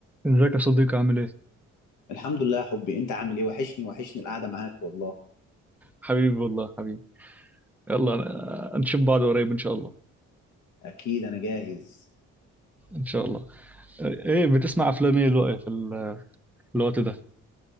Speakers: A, in the centre; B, on the left (about 75°).
A: ازيك يا صديقي عامل ايه؟
B: الحمد لله يا حبي انت عامل ايه وحشني وحشني القعده معاك والله
A: حبيبي والله حبيبي يلا أنا- نشوف بعض قريب ان شاء الله
B: اكيد انا جاهز
A: ان شاء الله ايه بتسمع افلام ايه الوقت في ال- في الوقت ده؟